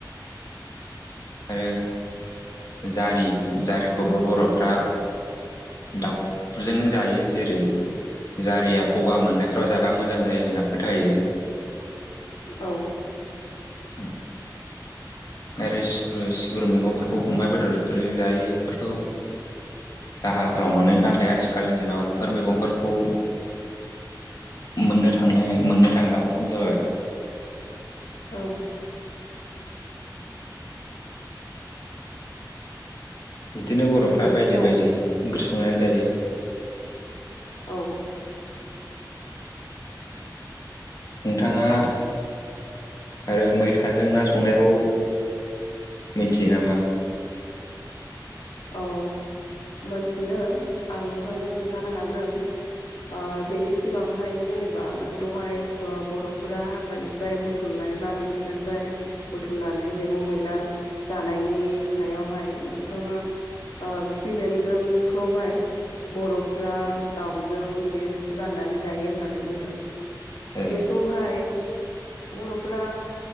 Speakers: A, on the left; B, on the left.
A: <inaudible>
B: आरो जारि जारिखौबो बर'फ्रा दाउफोरजोंनो जायो जेरै जारिया गगा मोननायफ्राव जाबा मोजां जायो होनना फोथायो।
A: औ
B: उम <inaudible> आरो सिब्रु सिब्रु मैगंफोरखौ अमा बेदरफोरजों जायो बेफोरखौ जाहारफ्राव मोनो। नाथाय आथिखालनि दिनाव बेफोर मैगंफोरखौ मोननो थांनो मोननो थांला खम जाबाय।
A: ओं
B: इदिनो बर'फ्रा
A: बेनिफ्राय
B: बायदि बायदि ओंख्रि संनानै जायो।
A: औ
B: नोंथाङा आरो मैथाजों ना संनायखौ मिथियो नामा?
A: औ मोनथियो आं नोंथांनो खोन्थानो हागोन। ओ बेनि सिगांहाय जेनेबा नों दहाय ओ बर'फोरा हाग्रानि फ्राय बुथुमनाय बा मिथिंगानिफ्राय बुथुमनानै मैगं मैला जानायनि सायावहाय नोंथाङा ओ खिफि बेन्दोंखौहाय बर'फ्रा दाउजों बिदि रोसि बाननानै जायो होननानै बुंदों।
B: ओ
A: बेखौ हाय बर'फोरा